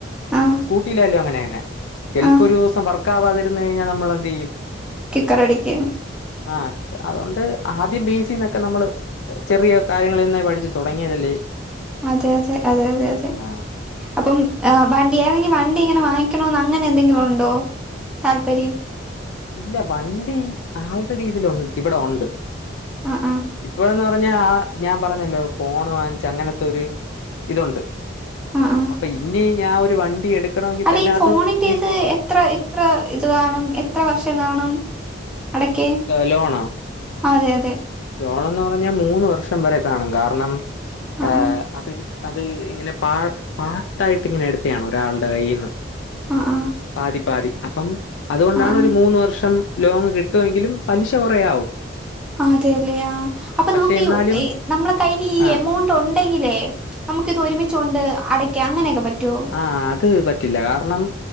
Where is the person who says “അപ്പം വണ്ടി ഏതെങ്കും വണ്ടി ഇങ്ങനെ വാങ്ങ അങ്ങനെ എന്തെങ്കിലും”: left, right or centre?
Centre